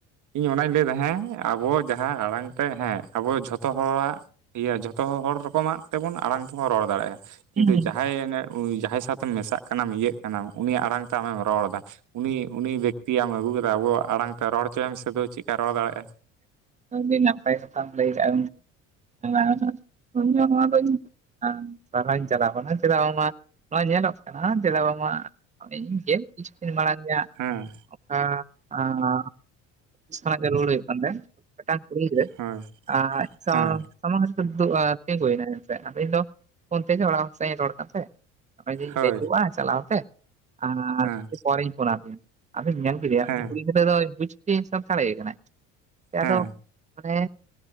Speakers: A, on the right; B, on the right.
A: ᱤᱧ ᱚᱱᱟᱧ ᱞᱟᱹᱭᱮᱫᱟ ᱦᱮᱸ ᱟᱵᱚ ᱡᱟᱦᱟᱸ ᱟᱲᱟᱝ ᱛᱮ ᱦᱮᱸ ᱟᱵᱚ ᱡᱷᱚᱛᱚ ᱦᱚᱲᱟᱜ ᱤᱭᱟᱹ ᱡᱷᱚᱛᱚ ᱦᱚᱲ ᱨᱚᱠᱚᱢᱟᱜ ᱛᱮᱵᱚᱱ ᱟᱲᱟᱝ ᱛᱮᱵᱚᱱ ᱨᱚᱲ ᱫᱟᱲᱮᱭᱟᱜ-ᱟ ᱾ ᱠᱤᱱᱛᱩ
B: ᱦᱩᱸ ᱦᱩᱸ
A: ᱡᱟᱦᱟᱸᱭ ᱡᱟᱦᱟᱸᱭ ᱥᱟᱶᱛᱮ ᱢᱮᱥᱟᱜ ᱠᱟᱱᱟᱢ ᱤᱭᱟᱹᱜ ᱠᱟᱱᱟᱢ ᱩᱱᱤ ᱟᱲᱟᱝ ᱛᱮ ᱟᱢᱮᱢ ᱨᱚᱲ ᱮᱫᱟ ᱾ ᱩᱱᱤ ᱩᱱᱤ ᱵᱮᱠᱛᱤ ᱟᱢ ᱟᱹᱜᱩ ᱠᱟᱛᱮᱫ ᱟᱵᱚᱣᱟᱜ ᱟᱲᱟᱝ ᱛᱮ ᱨᱚᱲ ᱦᱚᱪᱚᱭᱢ ᱥᱮ ᱪᱮᱫᱠᱟᱭ ᱨᱚᱲ ᱫᱟᱲᱮᱭᱟᱜ-ᱟ ᱾
B: ᱟᱰᱤ ᱱᱟᱯᱟᱭ ᱠᱟᱛᱷᱟᱢ ᱞᱟᱭ ᱟᱠᱟᱫᱟ ᱜᱚᱢᱠᱮ ᱤᱧ ᱱᱚᱣᱟ ᱫᱚᱧ ᱦᱮ ᱥᱟᱨᱦᱟᱣ ᱤᱧ ᱪᱟᱞ ᱟᱢᱠᱟᱱᱟ ᱪᱮᱫᱟᱜ ᱵᱟᱝ ᱢᱟ ᱱᱚᱣᱟ ᱧᱮᱞᱚᱜ ᱠᱟᱱᱟ ᱪᱮᱫᱟᱜ ᱵᱟᱝ ᱢᱟ ᱤᱧ ᱜᱮ ᱠᱤᱪᱷᱩ ᱫᱤᱱ ᱢᱟᱨᱟᱝ ᱜᱮ ᱦᱟᱜ
A: ᱦᱮᱸ ᱾
B: ᱦᱮ ᱚᱱᱟ ᱠᱷᱚᱱᱟᱜ ᱜᱮ ᱨᱩᱣᱟᱹᱲ ᱦᱩᱭᱩᱜ ᱠᱟᱱ ᱛᱟᱦᱮᱱ ᱢᱤᱫᱴᱟᱝ ᱠᱩᱲᱤ ᱜᱤᱫᱽᱨᱟᱹ
A: ᱦᱳᱭ
B: ᱟᱡ ᱥᱟᱶ
A: ᱦᱮᱸ
B: ᱥᱟᱢᱟᱝ ᱛᱤᱸᱜᱩᱭᱱᱟ ᱮᱱᱥᱮ ᱟᱫᱚ ᱤᱧ ᱫᱚ ᱯᱷᱳᱱ ᱛᱮᱜᱮ ᱚᱲᱟᱜ ᱦᱚᱲ ᱥᱟᱣ ᱤᱧ ᱨᱚᱲ ᱠᱟᱱ ᱛᱟᱦᱮᱸᱫ ᱾ ᱚᱱᱮ ᱡᱮᱧ
A: ᱦᱳᱭ
B: ᱞᱮᱴᱚᱜ-ᱟ ᱪᱟᱞᱟᱣ ᱛᱮ ᱟᱨ
A: ᱦᱮᱸ
B: ᱯᱚᱨᱮᱧ ᱯᱷᱳᱱᱟᱯᱮᱭᱟ ᱟᱫᱚᱧ ᱧᱮᱞ ᱭᱟ
A: ᱦᱮᱸ
B: ᱩᱱᱤ ᱠᱩᱲᱤ ᱜᱤᱫᱽᱨᱟᱹ ᱫᱚ ᱵᱩᱡᱽ ᱥᱟᱵ ᱫᱟᱲᱮ ᱠᱟᱱᱟ ᱟᱫᱚ
A: ᱦᱮᱸ
B: ᱢᱟᱱᱮ